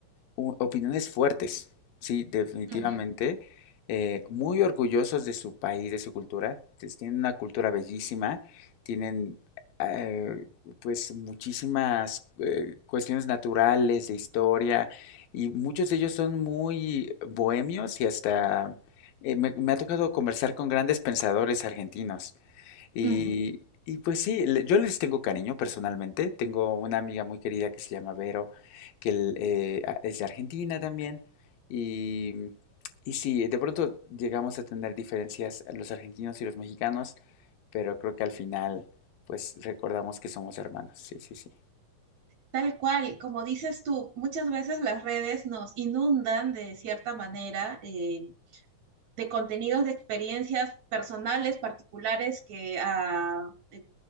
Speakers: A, on the left (about 80°); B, on the right (about 75°).
A: u- opiniones fuertes, sí, definitivamente,
B: -huh.
A: eh, muy orgullosos de su país, de su cultura, pues, tienen una cultura bellísima, tienen eh, pues muchísimas eh, cuestiones naturales, de historia, y muchos de ellos son muy bohemios y hasta eh, me, me ha tocado conversar con grandes pensadores argentinos y,
B: Uh -huh.
A: y pues sí, le- yo les tengo cariño personalmente. Tengo una amiga muy querida que se llama Vero, que el- eh, a- es de Argentina también. Y, y sí, de pronto llegamos a tener diferencias los argentinos y los mexicanos, pero creo que al final, pues recordamos que somos hermanos. Sí, sí, sí.
B: <laughs> Tal cual, como dices tú, muchas veces las redes nos inundan de cierta manera eh, de contenidos de experiencias personales, particulares, que a eh,